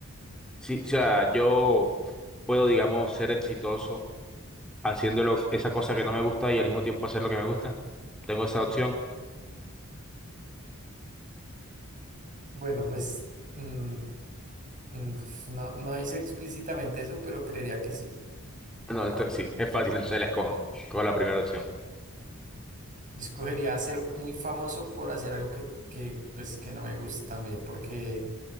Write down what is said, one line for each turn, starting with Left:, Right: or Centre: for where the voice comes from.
Centre: sí, o sea, yo puedo, digamos, ser exitoso haciéndolo esa cosa que no me gusta y al mismo tiempo hacer lo que me gusta. Tengo esa opción.
Right: bueno, pues mm, mm, no, no hice explícitamente eso, pero creería que sí.
Centre: No, entonces sí, es fácil, entonces la escojo. Escojo la primera opción.
Right: Yo escogería ser muy famoso por hacer algo que, que, pues, que no me gusta también, porque